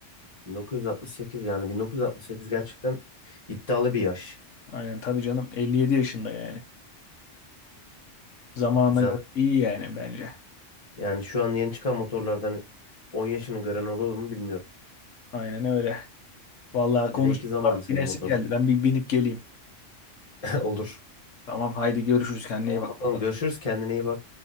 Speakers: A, on the left; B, on the left.
A: 1968 yani 1968 gerçekten iddialı bir yaş.
B: Aynen tabii canım 57 yaşında yani. Zamanına
A: Güzel.
B: göre iyi yani bence.
A: Yani şu an yeni çıkan motorlardan 10 yaşını gören olur mu bilmiyorum.
B: Aynen öyle. Vallahi konuştuk.
A: Bir de iki zamanlı senin
B: Binesim
A: motorun.
B: geldi. Ben bir binip geleyim.
A: <laughs> Olur.
B: Tamam haydi görüşürüz. Kendine
A: Tamam
B: iyi bak.
A: bakalım görüşürüz. Kendine iyi bak.